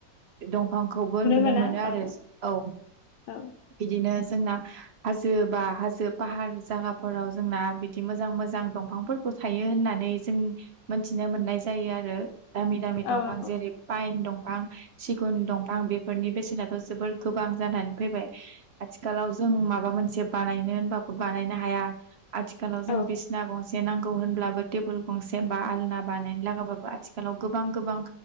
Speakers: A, on the right; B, on the left.
A: दंफां खौबो नुनो
B: मोना
A: मोनो आरो
B: औ
A: जो औ
B: औ
A: बिदिनो जोंना हाजो बा हाजो फाहार जागाफोराव जोंना बिदि मोजां मोजां दंफांफोर थायो होननानै जों मिथिनो मोननाय जायो आरो दामि दामि दंफां
B: औ नंगौ
A: जेरै पाइन दंफां सिगुन दं फां बेफोरनि बेसेनाथ' जोबोर गोबां जानानै फैबाय। आथिखालाव जों माबा मोनसे बानायनो होनबाबो बानायनो हाया आथिखालाव जों
B: औ
A: बिस ना गंसे नांगौ होनब्लाबो टेबोल गंसे बा आलना बानायनो लागाबाबो आथिखालाव गोबां गोबां।